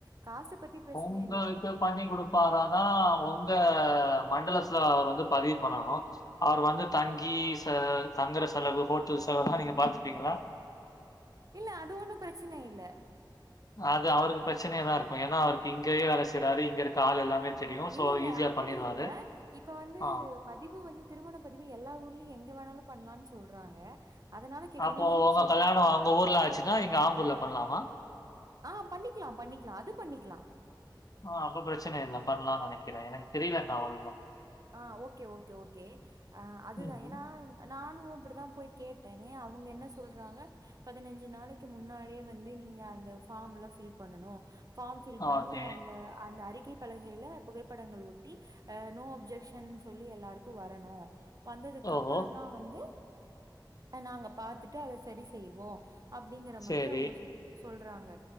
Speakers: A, on the right; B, on the left.
A: காசு பத்தி பிரச்சனை
B: உங்களுக்கு
A: இல்ல
B: பண்ணி குடுப்பாரானா உங்க மண்டலஸ்ல அவர் வந்து பதிவு பண்ணணு அவரு வந்து தங்கி ச தங்குற செலவு ஹோட்டல் செலவெல்லா நீங்க பாத்துப்பீங்களா
A: இல்ல அது ஒண்ணு பிரச்சன இல்ல
B: அது அவருக்கு பிரச்சனையதா இருக்கு ஏன்னா அவருக்கு இங்கயே வேல செய்யறாரு இங்க இருக்க ஆள் எல்லாமே தெரியும்.
A: இல்ல
B: ஸோ,
A: இல்ல
B: ஈஸியா
A: அப்படி
B: பண்ணிருவாரு.
A: இல்ல இப்ப வந்து
B: ஆ
A: பதிவு வந்து திருமண பதிவு எல்லா ஊர்லயு எங்க வேணாலு பண்ணலான் சொல்றாங்க அதனால கேக்குறேன்
B: அப்போ
A: நீங்க எங்க
B: உங்க
A: சே
B: கல்யாணம் உங்க ஊர்ல ஆச்சுன்னா இங்க ஆம்பூர்ல பண்ணலாமா
A: ஆ பண்ணிக்லா பண்ணிக்லா அது பண்ணிக்லா
B: ஆ அப்ப பிரச்சன இல்ல பண்ணலான் நெனைக்கறே தெரியல நான் <unintelligible>
A: ஆ ஓகே ஓகே ஓகே அதுதா
B: ம்ஹ்ம்.
A: ஏன்னா நானு அப்டிதா போய் கேட்டேனே அவங்க என்ன சொல்றாங்க பதினஞ்சு நாளைக்கு முன்னாலே வந்து நீங்க அந்த ஃபார்ம் எல்லா பில் பண்ணனு ஃபார்ம் பில் பண்ணி
B: ஓகே.
A: அந்த அந்த அறிக்கை பலகையில புகைப்படங்கள் ஒட்டி நோ அப்ஜெக் ஷன் சொல்லி எல்லாருக்கு வரணு வந்ததுக்கு
B: ஓஹோ!
A: அப்பரந்தா வந்து நாங்க பாத்தட்டு அத சரி செய்வோ அப்டிங்கற மாரி
B: சரி.
A: அவங்க சொன் சொல்றாங்க